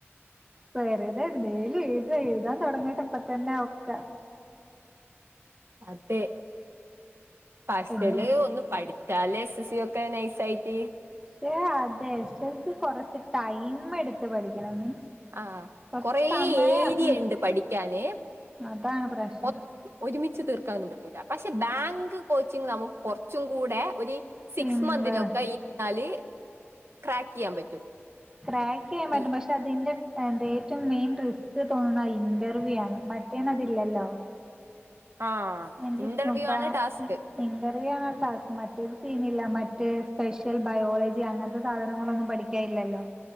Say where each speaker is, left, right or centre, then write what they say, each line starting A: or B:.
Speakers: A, on the right; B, on the right.
A: വെറ്തെ എന്തെലും എഴ്താ എഴ്താൻ തൊടങ്ങട്ടെ പ്പതന്നെ അതൊക്കെ.
B: അതെ, പസല്
A: അയ്യോ
B: ഒന്ന് പഠി ച്ചാലെ എസ് സി വൊക്കെ നൈസായ്റ്റ്
A: പക്ഷെ അതെ എസ് സി കൊറച്ച് ടൈം എട്ത്ത് പഠിക്കണം മീൻസ്.
B: ആഹ്,
A: കൊറച്ച്
B: കൊറേ
A: സമയം
B: ഏരിയണ്ട്
A: ഉം
B: പഠിയ്ക്കാന്
A: അതാണ് പ്രശ്നം
B: ഒത് ഒര്മിച്ച് തീർക്കാ ഒന്നും പറ്റൂല. പക്ഷെ ബാങ്ക് കോച്ചിങ്ങ് നമുക്ക് കൊർച്ചുംകൂടെ ഒര് സിക്സ്
A: സിമ്പിൾ
B: മന്ത്‌ലൊക്കെ <unintelligible> ക്രാക്കെയ്യാൻ പറ്റും.
A: ക്രാക്കെയ്യാൻ പറ്റും.
B: ഈ
A: പക്ഷെ അതിന്റെ എന്റെ ഏറ്റോം മെയിൻ റിസ്ക് തോന്ന്ന്ന അഇന്റർവ്യൂ ആണ് മറ്റേനതില്ലല്ലോ.
B: ആഹ്.
A: എനിയ്ക്ക്
B: ഇന്റർവ്യൂ
A: പ്പന്താ
B: ആണ് ടാസ്ക്
A: ഇ ഇന്റർവ്യൂ ആണ് അടാസ്ക് മറ്റേത് സീനില്ല മറ്റെ സ്പെഷൽ ബയോളജി അങ്ങൻത്തെ സാധനങ്ങളൊന്നും പഠിക്കായില്ലല്ലോ.